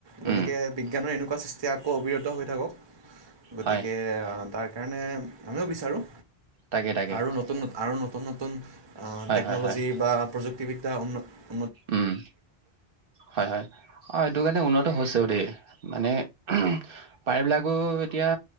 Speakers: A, on the right (about 30°); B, on the right (about 60°).
A: গতিকে
B: উম
A: বিজ্ঞানৰ এনেকুৱা সৃষ্টি আকৌ অবিৰত হৈ থাকক গতিকে
B: হয়
A: তাক সেইকাৰণে আমিও বিচাৰোঁ
B: তাকে তাকে
A: আৰু নতুনন আৰু নুন ন ন
B: হয়
A: টেকনলজি
B: হয় হয়
A: বা প্ৰযুক্ত ক্তি বি্যা উন্নত
B: উম হয় হয় অ এইেইটো কাৰণে উন্নত <unintelligible> দে মানে উম পাৰ বিলাকো এতিয়া